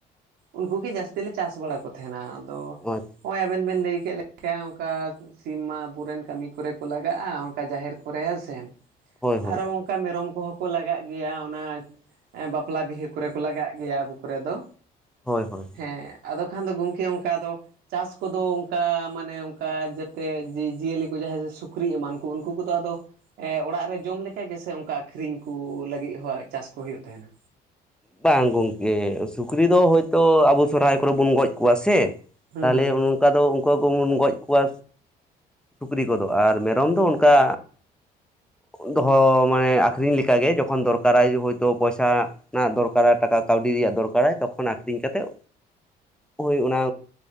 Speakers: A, on the right (about 75°); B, in the centre.
A: ᱩᱱᱠᱩ ᱜᱮ ᱡᱟᱹᱥᱛᱤ ᱞᱮ ᱪᱟᱥ ᱵᱟᱲᱟ ᱠᱚ ᱛᱮᱦᱮᱱᱟ ᱟᱫᱚ,
B: ᱦᱳᱭ
A: ᱦᱚᱸᱜ-ᱚᱭ ᱟᱵᱮᱱ ᱵᱮᱱ ᱞᱟᱹᱭ ᱠᱮᱜ ᱞᱮᱠᱟ᱾ ᱠᱟ ᱥᱤᱢ ᱢᱟ ᱟᱵᱚ ᱨᱮᱱ ᱠᱟᱹᱢᱤ ᱠᱚ ᱨᱮ ᱠᱚ ᱞᱟᱜᱟᱜ-ᱟ, ᱚᱝᱠᱟ ᱡᱟᱦᱮᱨ ᱠᱚ ᱨᱮ ᱦᱮᱸ ᱥᱮ᱾
B: ᱦᱳᱭ
A: ᱟᱨᱚ ᱚᱝᱠᱟ ᱢᱮᱨᱚᱢ ᱠᱚ ᱦᱚᱸ ᱠᱚ ᱞᱟᱜᱟᱜ ᱜᱮᱭᱟ ᱚᱱᱟ, ᱮ ᱵᱟᱯᱞᱟ ᱵᱤᱦᱟᱹ ᱠᱚᱨᱮ ᱠᱚ ᱞᱟᱜᱟᱜ ᱜᱮᱭᱟ ᱟᱵᱚ ᱠᱚ ᱨᱮ ᱫᱚ᱾
B: ᱦᱳᱭ ᱦᱳᱭ
A: ᱦᱮᱸ ᱟᱫᱚ ᱠᱷᱟᱱ ᱫᱚ ᱜᱚᱝᱠᱮ ᱚᱝᱠᱟ ᱟᱫᱚ, ᱪᱟᱥ ᱠᱚ ᱫᱚ ᱚᱝᱠᱟ ᱢᱟᱱᱮ ᱚᱝ ᱠᱟ ᱡᱟᱛᱮ ᱡᱤ ᱡᱤᱭᱟᱹᱞᱤ ᱠᱚ ᱡᱟᱦᱟᱸᱭ ᱥᱩᱠᱨᱤ ᱮᱢᱟᱱ ᱠᱚ, ᱩᱱᱠᱩ ᱠᱚ ᱫᱚ ᱟᱫᱚ ᱮᱸᱜ ᱚᱲᱟᱜ ᱨᱮ ᱡᱚᱢ ᱞᱮᱠᱟ ᱜᱮ ᱥᱮ, ᱚᱝᱠᱟ ᱟᱹᱠᱷᱨᱤᱧ ᱠᱩ ᱞᱟᱹᱜᱤᱫ ᱦᱚᱸ ᱪᱟᱥ ᱠᱚ ᱦᱩᱭᱩᱜ ᱛᱟᱦᱮᱱᱟ᱾
B: ᱵᱟᱝ ᱜᱚᱝᱠᱮ, ᱥᱩᱠᱨᱤ ᱫᱚ ᱦᱳᱭᱛᱳ ᱟᱵᱚ ᱥᱚᱦᱨᱟᱭ ᱠᱚ ᱨᱮ ᱵᱚᱱ ᱜᱚᱡᱽ ᱠᱚᱣᱟ ᱥᱮ᱾
A: ᱦᱩᱸ
B: ᱛᱟᱦᱞᱮ
A: ᱦᱩᱸ
B: ᱚᱱ-ᱚᱱᱠᱟ ᱫᱚ ᱩᱱᱠᱩ ᱟᱠᱚ ᱵᱩᱱ ᱜᱚᱡᱽ ᱠᱚᱣᱟ ᱥᱩᱠᱨᱤ ᱠᱚᱫᱚ, ᱟᱨ ᱢᱮᱨᱚᱢ ᱫᱚ ᱚᱱᱠᱟ ᱫᱚᱦᱚᱸ ᱢᱟᱱᱮ ᱟᱹᱠᱷᱨᱤᱧ ᱞᱮᱠᱟ ᱜᱮ ᱡᱚᱠᱷᱚᱱ ᱫᱚᱨᱠᱟᱨᱟᱭ ᱦᱳᱭᱛᱳ ᱯᱚᱭᱥᱟ ᱱᱟᱜ ᱫᱚᱨᱠᱟᱨᱟ ᱴᱟᱠᱟ ᱠᱟᱹᱣᱰᱤ ᱨᱮᱭᱟᱜ ᱫᱚᱨᱠᱟ ᱨᱟᱭ ᱛᱚᱠᱷᱚᱱ ᱟᱹᱠᱷᱨᱤᱧ ᱠᱟᱛᱮᱜ ᱦᱳᱭ ᱚᱱᱟ